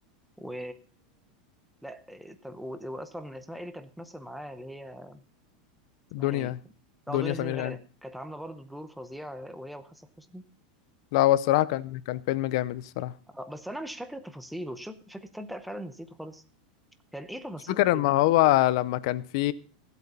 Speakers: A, in the centre; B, on the left.
A: و لا طب و- واصلا اسمها ايه اللي كانت بتمثل معاه اللي هي اسمها
B: دنيا
A: ايه؟ اه
B: دنيا
A: دنيا
B: سمير
A: سمير غانم
B: غانم
A: كانت عامله برضه دور فظيع وهي وحسن حسني
B: لا هو الصراحة كان كان فيلم جامد الصراحة
A: آه، بس انا مش فاكر تفاصيله شوف فاكر تصدق فعلا نسيته خالص كان ايه تفاصيل
B: مش فاكر
A: الفيلم
B: لما هو لما كان في